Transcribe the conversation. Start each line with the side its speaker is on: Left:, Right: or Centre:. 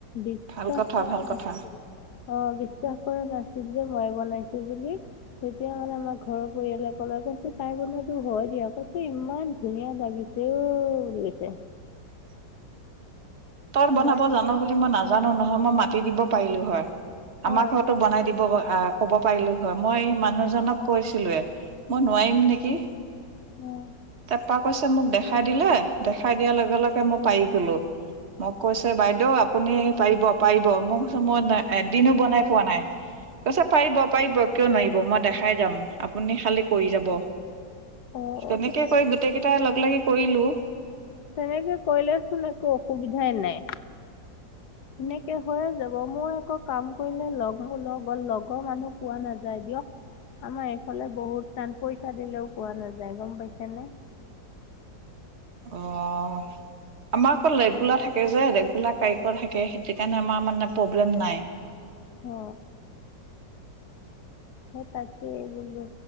Left: বিশ্বাস
Right: ভাল কথা
Left: কৰা
Right: ভাল
Left: নাছিল।
Right: কথা
Left: অ, বিশ্বাস কৰা নাছিল, যে মই বনাইছোঁ বুলি। তেতিয়া মানে আমাৰ ঘৰৰ পৰিয়ালে ক'লে ত কৈছে তাই বনোৱা হয় দিয়া। কৈছে ইমান ধুনীয়া লাগিছে অ বুলি কৈছে।
Right: <inaudible> তোৰ বনাব
Left: মই
Right: জানোঁ বুলি মই নাজানোঁ নহয়, মই মাতি দিব পাৰিলো হয়।
Left: অ
Right: আমাৰ ঘৰতো বনাই দিবগৈ। অ, ক'ব পাৰিলো হয়। মই মানুহজনক কৈছিলোঁৱেই। মই নোৱাৰিম নেকি?
Left: উম।
Right: তাই কৈছে মোক দেখাই দিলে। দেখাই দিয়াৰ লগে লগে মই পাৰি গলোঁ। মোক কৈছে বাইদেউ আপুনি পাৰিব পাৰিব। মই কৈছোঁ মই নাই এদিনো বনাই পোৱা নাই। কৈছে পাৰিব পাৰিব। কিয় নোৱাৰিব? মই দেখাই যাম, আপুনি খালি কৰি যাব।
Left: অ অ
Right: তেনেকে কৰি গোটেই কেইটাই লগ লাগি কৰিলোঁ।
Left: তেনেকে কৰিলে চোন একো অসুবিধাই নাই।
Right: <inaudible>
Left: সেনেকে হৈয়ে যাব। মোৰ আকৌ কাম কৰিলে লগ ব লগৰ লগৰ মানুহ পোৱা নাযায় দিয়ক। আমাৰ এইফালে বহুত টান পইচা দিলেও পোৱা নাযায় গম পাইছেনে?
Right: অহ আমাৰ অকল ৰেগুলাৰ থাকে যে, ৰেগুলাৰ কাৰিকৰ থাকে। সেইটো কাৰণে আমাৰ মানে প্ৰব্লেম নাই। <inaudible>
Left: অ সেই তাকেই বোলো